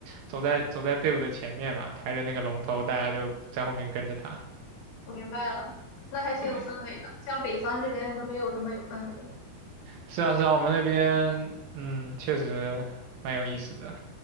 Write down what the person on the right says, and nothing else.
走在走在队伍的前面嘛，抬着那个龙头，大家就在后面跟着他。
对，
是啊是啊，我们那边嗯确实蛮有意思的，